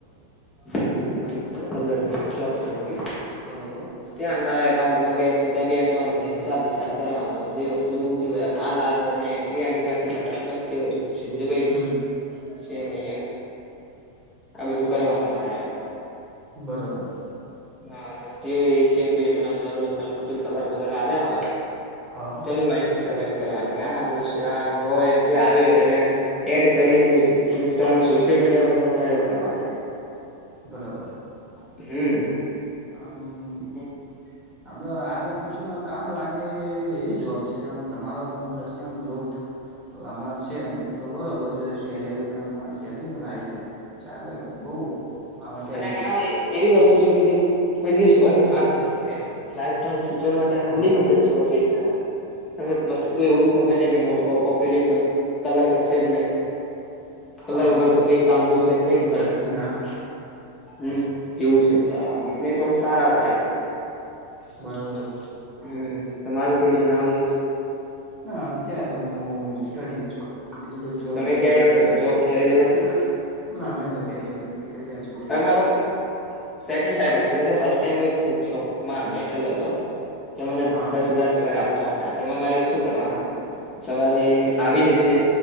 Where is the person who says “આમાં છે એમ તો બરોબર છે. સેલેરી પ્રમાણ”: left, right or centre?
Right